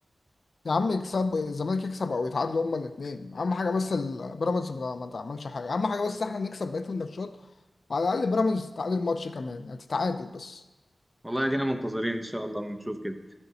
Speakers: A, on the left; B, in the centre.
A: يا عم يكسب الزمالك يكسب او يتعادلوا هما الاثنين اهم حاجه بس ال- بيراميدز ما ما تعملش حاجه اهم حاجه بس احنا نكسب بقيه الماتشات وعلى الاقل بيراميدز تتعادل ماتش كمان يعني تتعادل بس
B: والله ادينا منتظرين ان شاء الله بنشوف كده